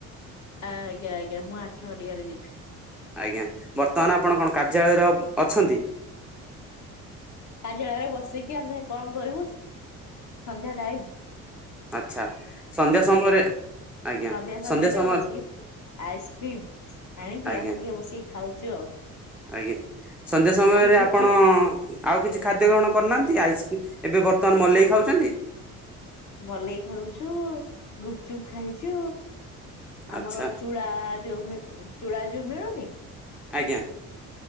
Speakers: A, on the left; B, in the centre.
A: ଆଜ୍ଞା, ଆଜ୍ଞା ମୁଁ ଆଠ ଘଟିକାରେ ଯିବି।
B: ଆଜ୍ଞା ବର୍ତ୍ତମାନ ଆପଣ କଣ କାର୍ଯ୍ୟାଳୟର ଅଛନ୍ତି?
A: କାଯେ ବସିକି ଆମେ ଆଉ କଣ କରିବୁ ସନ୍ଧ୍ୟା ଟାଇମ୍।
B: ଆଚ୍ଛା, ସନ୍ଧ୍ୟା ସମୟରେ ଆଜ୍ଞା
A: ସନ୍ଧ୍ୟା ସମୟରେ
B: ସମୟ
A: ବସିକି ଆଇସ୍କ୍ରିମ୍ ଆଣିକି
B: ଆଜ୍ଞା,
A: ଆମେ ଟିକେ ବସିକି ଖାଉଛୁ ଆଉ
B: ଆଜ୍ଞା, ସନ୍ଧ୍ୟା ସମୟରେ
A: ଟିକେ
B: ଆପଣ
A: ଗୁପଚୁପ୍
B: ଆଉ କିଛି ଖାଦ୍ୟ ଗ୍ରହଣ କରୁନାହାନ୍ତି? ଆଇସ୍କି ଏବେ ବର୍ତ୍ତମାନ ମଲେଇ ଖାଉଛନ୍ତି।
A: ମଲେଇ ଖାଉଛୁ, ଗୁପଚୁପ ଖାଇଛୁ।
B: ଆଚ୍ଛା
A: ଆମର ଚୁଡ଼ା ଯୋଉ ମି-ଉଁ, ଚୁଡା ଯୋଉ ମିଳୁନି
B: ଆଜ୍ଞା।